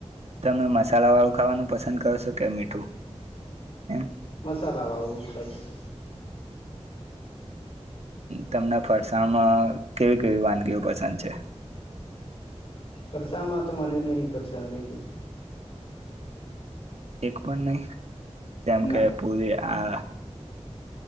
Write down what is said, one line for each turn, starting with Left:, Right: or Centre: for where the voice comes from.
Right: તમે મસાલા વાળું ખાવાનું પસંદ કરો છો કે મીઠું એમ.
Left: મસાલા વાળું હું ખાઈશ
Right: તમને ફરસાણમાં કેવી. કેવી વાનગીઓ પસંદ છે.
Left: વરસાણમાં તો મને નહીં પસંદ લે કે.
Right: એક પણ નહી. જેમ
Left: ના
Right: કે પૂરી આ.